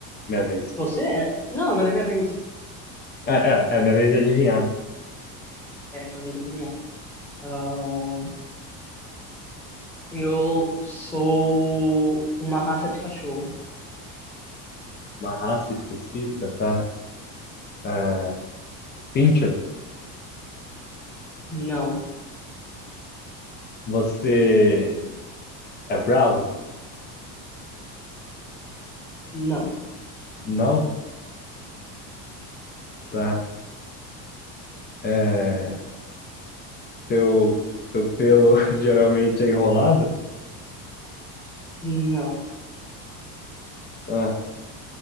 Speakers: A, on the left (about 25°); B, in the centre.
A: Minha vez.
B: Você é... Não, agora é minha vez.
A: É, é, é, minha vez de adivinhar, né?
B: É, sua vez de adivinhar. Ahn, eu sou uma raça de cachorro.
A: Uma raça específica, tá? É, Pincher,
B: Não,
A: você é bravo?
B: não,
A: Não? Tá. É, seu, seu pelo <laughs> geralmente é enrolado?
B: não.
A: Ah,